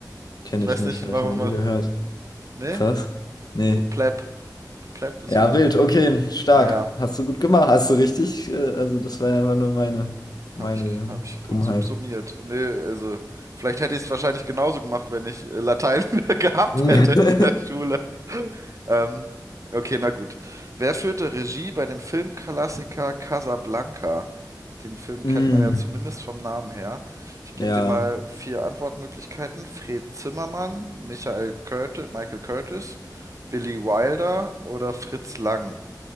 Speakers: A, on the left; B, on the right.
A: Kenne
B: Ich
A: ich
B: weiß
A: nicht,
B: nicht,
A: habe
B: warum.
A: ich noch nie
B: wir-
A: gehört.
B: Ne?
A: Krass. Nee.
B: Du Pleb. Du Pleb ist
A: Ja,
B: so, du.
A: wild, okay, stark.
B: Naja,
A: Hast du gut gemacht. Hast du richtig? äh, Also, das war ja einfach nur meine, meine
B: habe ich, hab ich
A: Dummheit.
B: gut sub- summiert. Ne, also, vielleicht hätte ich es wahrscheinlich genauso gemacht, wenn ich äh, Latein <laughs> gehabt
A: <laughs>
B: hätte in der Schule. Ähm, okay, na gut. Wer führte Regie bei dem Filmklassiker Casablanca? Den Film kennt
A: Mm,
B: man ja zumindest vom Namen her. Ich gebe
A: ja.
B: dir mal vier Antwortmöglichkeiten. Fred Zimmermann, Michael Curti- Michael Curtis, Billy Wilder oder Fritz Lang.